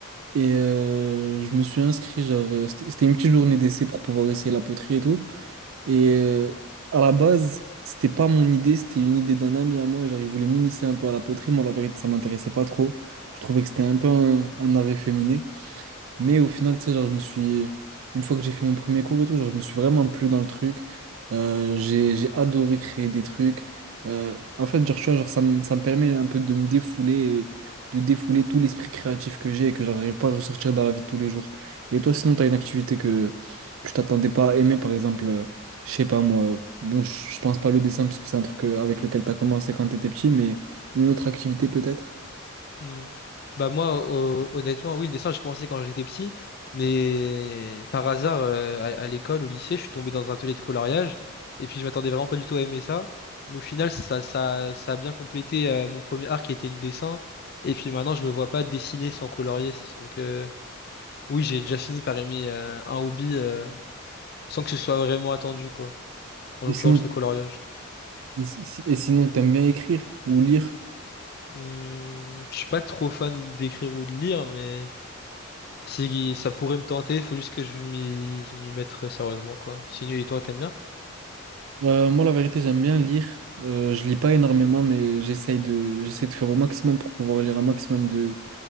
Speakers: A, on the right (about 70°); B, on the left (about 45°).
A: et euh, je me suis inscrit, genre, euh, c'était c'était une petite journée d'essai pour pouvoir essayer la poterie et tout. Et euh, à la base, c'était pas mon idée, c'était une idée d'un ami à moi. Genre, il voulait m'initier un peu à la poterie. Moi, la vérité, ça m'intéressait pas trop. Je trouvais que c'était un peu un, un art efféminé. Mais au final, tu sais, genre, je me suis. Une fois que j'ai fait mon premier cours et tout, genre, je me suis vraiment plu dans le truc. Euh, j'ai, j'ai adoré créer des trucs. Euh, en fait, genre, tu vois, genre, ça me, ça me permet un peu de me défouler et de défouler tout l'esprit créatif que j'ai et que j'arrive pas à ressortir dans la vie de tous les jours. Et toi, sinon, tu as une activité que tu t'attendais pas à aimer, par exemple, euh, je sais pas moi. Bon, je je pense pas le dessin parce que c'est un truc euh, avec lequel tu as commencé quand tu étais petit, mais une autre activité peut-être.
B: Hmm. Bah moi, ho- honnêtement, oui, le dessin, j'ai commencé quand j'étais petit, mais par hasard, euh, à, à l'école, au lycée, je suis tombé dans un atelier de coloriage, et puis je m'attendais vraiment pas du tout à aimer ça, mais au final, ça, ça, ça a bien complété euh, mon premier art qui était le dessin, et puis maintenant, je me vois pas dessiner sans colorier, donc euh, oui, j'ai déjà fini par aimer euh, un hobby euh, sans que ce soit vraiment attendu, quoi, en
A: Et
B: l'occurrence
A: sinon,
B: le coloriage.
A: et si- si, et sinon, t'aimes bien écrire ou lire?
B: Hmm, je suis pas trop fan d'écrire ou de lire, mais... Si ça pourrait me tenter, faut juste que je m'y je m'y mette sérieusement, quoi. Sinon, et toi, t'aimes bien?
A: Euh, moi, la vérité, j'aime bien lire. Euh, je lis pas énormément, mais j'essaye de, j'essaie de faire au maximum pour pouvoir lire un maximum de,